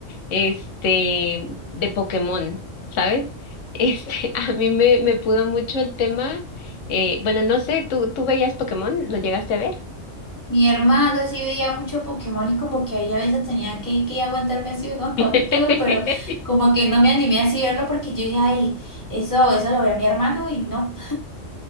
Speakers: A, on the left; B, on the left.
A: este, de Pokémon, ¿sabes? Este, <laughs> a mí me, me pudo mucho el tema, eh, bueno, no sé, ¿tú, tú veías Pokémon? ¿Lo llegaste a ver?
B: Mi hermana sí veía mucho Pokémon y como que ahí a veces tenía que, que aguantarme así unos capítulos,
A: <laughs>
B: pero como que no me animé así a verlo porque yo dije, ay, eso, eso lo ve a mi hermano y no.